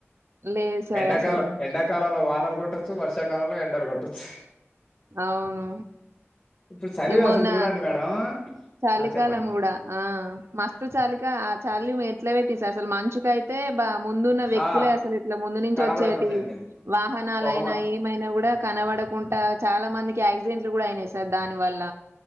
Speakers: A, on the right; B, on the left.
A: లేదు సార్
B: ఎండాకాలం
A: అసలు.
B: ఎండాకాలంలో వానలు కొట్టొచ్చు వర్షాకాలంలో ఎం డలు కొట్టొచ్చు
A: అవును
B: ఇప్పుడు చలివి
A: ఏమొన్న
B: అసలు చూడండి మేడం
A: చలికాలం
B: ఆ చెప్పండి
A: కూడా ఆ మస్తు చలికా ఆ చాలి మే ఎట్లా పెట్టింది సార్ అసలు మంచుకైతే ప ముందున్న వ్యక్తులే
B: ఆ
A: అసలు ఇట్లా ముందు నుంచి
B: కనబడకుండా
A: వచ్చేటి
B: అయిపోయింది
A: వాహనాలయినా
B: పొగమంచు
A: ఏమైనా కూడా కనబడకుంటా చాలా మందికి యాక్సిడెంట్లు కూడా అయినాయి సార్ దాని వల్ల